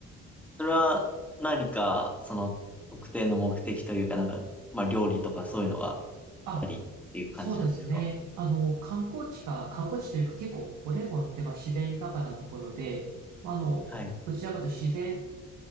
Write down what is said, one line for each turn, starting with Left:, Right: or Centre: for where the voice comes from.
Centre: それは何か、その特定の目的というか、なんか、まあ料理とかそういうのがあっ
Right: あ、
Centre: たりっていう感じなんですか
Right: そうですね。あの、観光地か観光地というか結構オレゴンってまあ自然豊かなところで、まあ、あの、
Centre: はい。
Right: どちらかというと自然